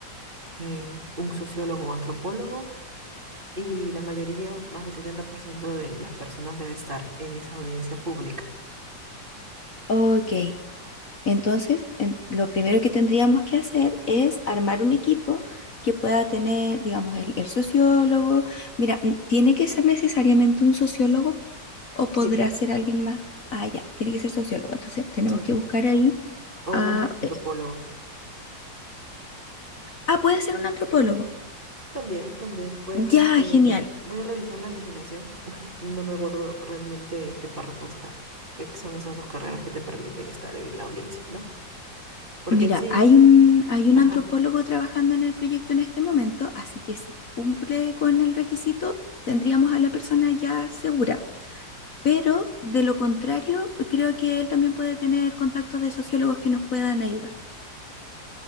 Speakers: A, on the right (about 25°); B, on the left (about 50°).
A: eh, un sociólogo o antropólogo y la mayoría, más del 70% de las personas debe estar en esa audiencia pública.
B: Ok. Entonces, en- lo primero que tendríamos que hacer es armar un equipo que pueda tener, digamos, el, el sociólogo. Mira, mm, ¿tiene que ser necesariamente un sociólogo o
A: Sí,
B: podrá ser alguien más? Ah, ya, tiene que ser sociólogo. Entonces, tenemos
A: sí,
B: que buscar ahí
A: o
B: a...
A: un antropólogo.
B: eh, ah, puede ser un antropólogo.
A: También, también puede ser.
B: Ya,
A: eh,
B: genial.
A: voy a revisar la legislación. <laughs> No me acuerdo realmente en qué párrafo está, qué son esas dos carreras que te permiten estar en la audiencia, ¿no? Porque
B: Mira,
A: en sí,
B: hay
A: eh,
B: un, hay un
A: ajá,
B: antropólogo trabajando en el proyecto en este momento, así que si cumple con el requisito, tendríamos a la persona ya segura. Pero de lo contrario, creo que él también puede tener contactos de sociólogos que nos puedan ayudar.